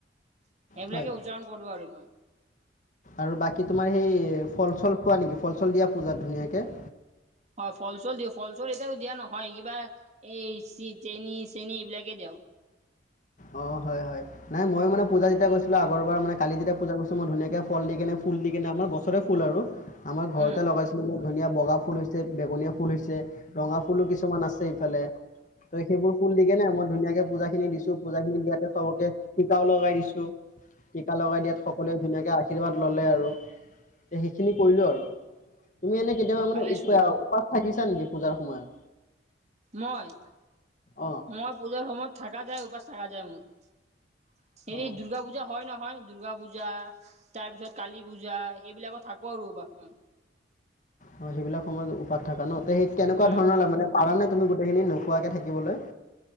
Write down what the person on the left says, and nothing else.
হয়।
আৰু বাকী তোমাৰ সেই ফল চল খোৱা নেকি ফল চল দিয়া পূজাত ধুনীয়াকে?
অ' হয়, হয়। নাই মই মানে পূজা যেতিয় কৰিছিলো আগৰ বাৰ মানে কালি যেতিয়া পুজা কৰিছো মই ধুনীয়াকে ফল দি কেনে ফুল দি কেনে আমাৰ গছ ৰে ফুল আৰু, আমাৰ ঘৰতে
লগাইছো এনে ধুনীয়া বগা ফুল হৈছে, বেঙনীয়া ফুল হৈছে, ৰঙা ফুলো কিছুমান আছে ইফালে ত সেইবোৰ ফুল দি কিনে মই ধুনীয়াকে পুজা খিনি দিছো। পূজা খিনি দিয়াতে চবকে টিকাও লগাই দিছো। টিকা লগাই দিয়াত সকলোৱে ধুনীয়াকে আশীৰ্বাদ ল'লে আৰু। তে সেইখিনি কৰিলো আৰু। তুমি এনে কেতিয়াবা মানে
উপবাস থাকিছা নেকি পূজাৰ সময়ত?
অঁ
অঁ
অ' সেইবিলাক সময়ত উপবাস থকা ন? তে সেই কেনেকুৱা
ধৰণৰ মানে কাৰণে তুমি গোটেইখিনি নোখোৱাকে থাকিবলৈ?